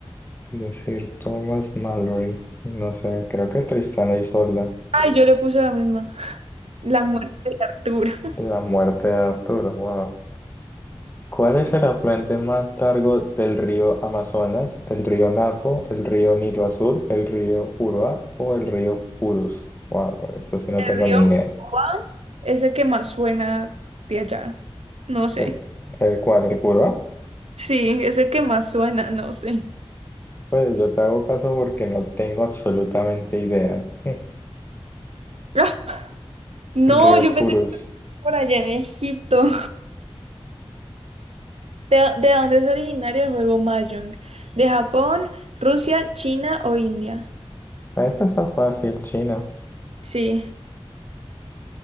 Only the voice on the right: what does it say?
Ay, yo le puse la misma. <laughs> La muerte de Arturo. <laughs>
El
río
Juan es el que más suena de allá. No sé.
Sí, es el que más suena, no sé.
<laughs> No,
yo
pensé que por allá en Egipto. ¿De, dó- de dónde es originario el juego Mahjong? ¿De Japón, Rusia, China o India?
Sí,